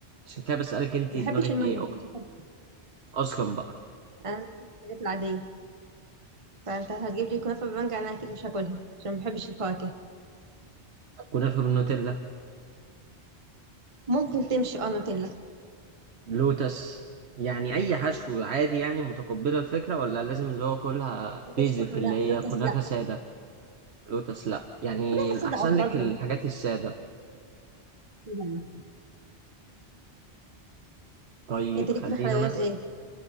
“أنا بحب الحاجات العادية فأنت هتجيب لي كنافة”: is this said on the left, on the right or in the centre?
Right